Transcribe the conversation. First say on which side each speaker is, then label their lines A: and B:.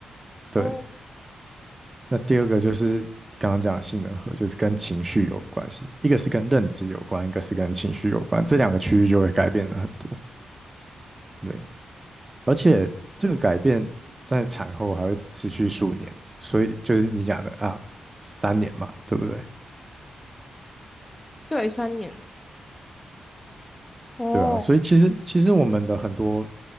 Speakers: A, on the right; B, on the left.
A: 对，
B: 哦，
A: 那第二个就是刚刚讲的杏仁核，就是跟情绪有关系，一个是跟认知有关，一个是跟情绪有关，这两个区域就会改变的很多。对，而且这个改变在产后还会持续数年，所以就是你讲的啊，三年嘛，对不对？
B: 对，三年。哦
A: 对啊，所以其实其实我们的很多